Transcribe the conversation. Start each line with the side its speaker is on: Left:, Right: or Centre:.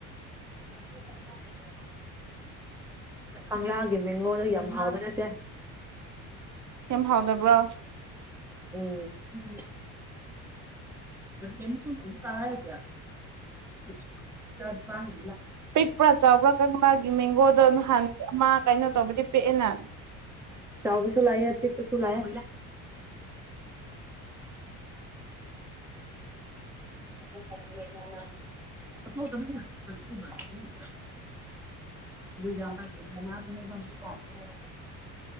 Centre: <unintelligible> ꯀꯪꯂꯥꯒꯤ ꯃꯤꯒꯣꯟꯜꯗꯣ ꯌꯥꯝ ꯍꯥꯎꯕ ꯅꯠꯇꯦ
Right: ꯌꯥꯝ ꯍꯥꯎꯗꯕ꯭ꯔꯣ
Centre: ꯎꯝ ꯎꯝ <unintelligible> ꯇꯥ ꯍ ꯀꯌꯥ <unintelligible> ꯂ ꯗꯨꯀꯥꯟ
Right: ꯄꯤꯛꯄ꯭ꯔꯥ ꯆꯥꯎꯕ꯭ꯔꯥ ꯀꯪꯂꯥꯒꯤ ꯃꯦꯡꯒꯣꯗꯣ ꯅꯍꯥꯟ ꯑꯃ ꯀꯩꯅꯣ ꯇꯕꯨꯗꯤ ꯄꯤ ꯑꯦ ꯅ
Centre: ꯆꯥꯎ ꯀꯁꯁꯨ ꯂꯥꯛꯦ ꯇꯤꯛ ꯀꯁꯨ ꯂꯥꯏꯦ ꯀꯜꯂꯤꯒꯦꯃꯅ <unintelligible> ꯑꯣ ꯎ ꯃ ꯌꯥ ꯈꯗ